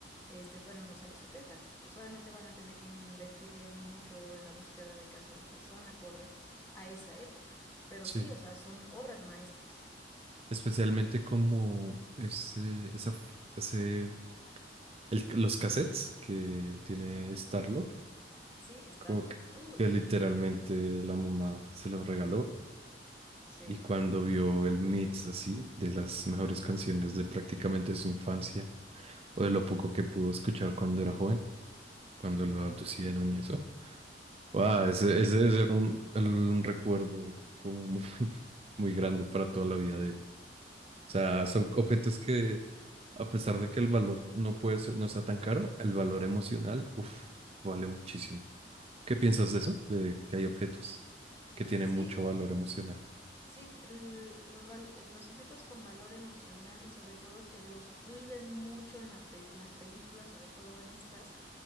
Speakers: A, on the left (about 15°); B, on the right (about 35°).
A: este, fueron en los años setenta, Pues obviamente van a tener que invertirle mucho en la búsqueda de canciones que son acorde a esa época. Pero
B: Sí,
A: sí, o sea, son obras maestras.
B: especialmente como ese, esa, f- ese, el- los cassettes que tiene Star-Lord,
A: Sí, Star-Lord.
B: como que,
A: Uy,
B: que literalmente la mamá se los regaló
A: sí.
B: Y cuando vio el mix así, de las mejores canciones de prácticamente su infancia, o de lo poco que pudo escuchar cuando era joven, cuando lo abducieron y eso. Wow, ese, ese debe ser un, un recuerdo como mu- <laughs> muy grande para toda la vida de él. O sea, son objetos que, a pesar de que el valor no puede ser, no sea tan caro, el valor emocional, uf, vale muchísimo. ¿Qué piensas de eso? De que hay objetos que tienen
A: Sí,
B: mucho valor emocional.
A: Sí, l- los, val- los objetos con valor emocional y sobre todo que los cuiden mucho en la pe- en las películas, sobre todo en estas,